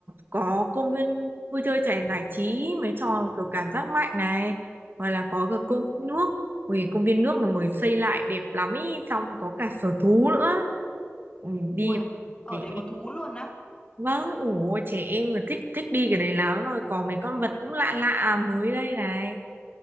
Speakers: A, on the right (about 45°); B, on the left (about 20°).
A: có công viên vui chơi trẻ giải trí mấy trò kiểu cảm giác mạnh này hoặc là có cả
B: ừ.
A: công viên nước Ui, công viên nước là mới xây lại đẹp lắm ý xong có cả sở thú nữa Ui, đi
B: Ui, ở
A: để
B: đấy có thú luôn á.
A: Vâng, ủa trẻ em là thích thích đi cái đấy lắm rồi có mấy con vật cũng lạ lạ mới đây này